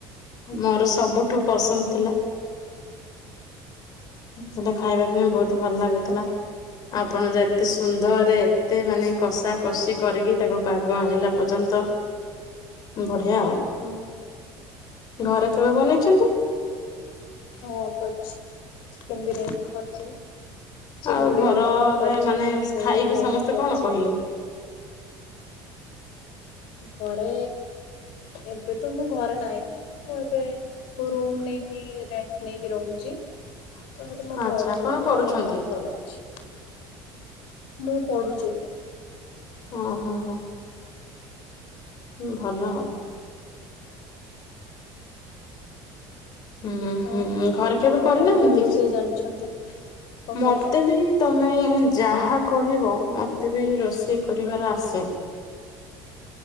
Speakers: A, on the left (about 45°); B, on the left (about 70°).
A: ମୋର ସବୁଠୁ ପସନ୍ଦ ଥିଲା ହେଟା ଖାଇବା ପାଇଁ ବହୁତ୍ ଭଲ ଲାଗୁଥିଲା। ଆପଣ ଯଉ ଏତେ ସୁନ୍ଦର ରେ ଏତେ ମାନେ କଷା କଷି କରିକି ତାକୁ ପାଗ ଆଣିଲା ପର୍ଯ୍ୟନ୍ତ ବଢିଆ।
B: ଉଁ
A: ଘରେ କେବେ ବନେଇଛନ୍ତି?
B: ହଁ କରଛି, ଚିକେନ୍ ବିରିୟାନୀ ବି କରିଛି ମୁଁ। ଚିଙ୍ଗୁଡି
A: ଆଉ ଘରରେ
B: ବିରିୟାନୀ ବି କରିଚି,
A: ମାନେ
B: ଭେଜ୍
A: ଖାଇକି
B: ବିରିୟାନୀ
A: ସମସ୍ତେ
B: ବି କରିଛି।
A: କଣ କହିଲେ?
B: ଘରେ ଏବେ ତ ମୁଁ ଘରେ ନାହିଁ। ମୁଁ ଏବେ ରୁମ୍ ନେଇକି ରେଣ୍ଟ ନେଇକି ରହୁଚି। ତ ସେଠ ମୋ ଭଉଣୀଥିଲା
A: ଆଚ୍ଛା କଣ
B: ସେ
A: କରୁଛନ୍ତି?
B: କହିଲା ହଁ ଭଲ ଅଛି। ମୁଁ ପଢୁଛି।
A: ହଁ, ହଁ, ହଁ। ହୁଁ ଭଲ। ହୁଁ,
B: ଆଉ
A: ହୁଁ ଘରେ କେବେ
B: ଆପଣ
A: କରିନାହାନ୍ତି
B: କଣ କଣ ରୋଷେଇ
A: କି?
B: ଜାଣିଛନ୍ତି। କଣ
A: ମୋତେ
B: କହିଲେ?
A: ବି ତୋମେ ଯାହା କହିବ ମୋତେ ବି ରୋଷେଇ କରିବାର ଆସେ।